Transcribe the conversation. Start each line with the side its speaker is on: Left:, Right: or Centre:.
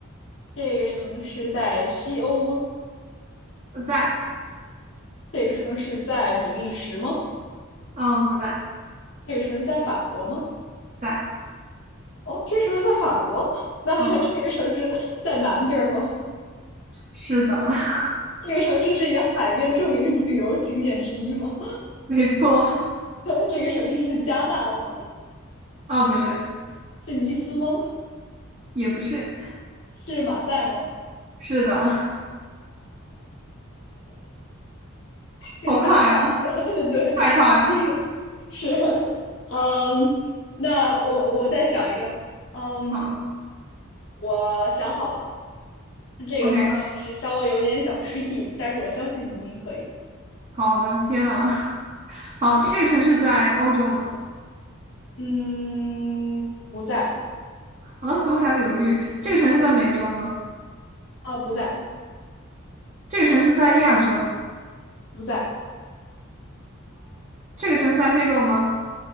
Left: 这个城市在西欧吗？
Right: 在，
Left: 这个城市在比利时吗？
Right: 嗯，不在，
Left: 这个城市在法国吗？
Right: 在，
Left: 哦，这城市在法国，<laughs> 那这个城市在南边儿吗？
Right: 嗯，是的，<laughs>
Left: 这个城市是一个海边著名旅游景点之一吗？
Right: 没错，
Left: <laughs> 这个城市是加纳吗？
Right: 啊、不是，
Left: 是尼斯吗？
Right: 也不是，
Left: 是马赛吗？
Right: 是的，
Left: 这太快
Right: 好快呀，
Left: 了，<laughs> 对，
Right: 太快了，
Left: <laughs> 是，嗯，那我我再想一个，嗯，
Right: 好
Left: 我想好了，这个同样是稍微有一点点小
Right: ，OK，
Left: tricky，但是我相信你一定可以。
Right: 好的，天啊，<laughs> 好，这个城市在欧洲吗？
Left: 嗯，不在
Right: 啊，怎么还要犹豫？这个城市在美洲吗？
Left: 啊，不在，
Right: 这个城市在亚洲吗？
Left: 不在，
Right: 这个城市在非洲吗？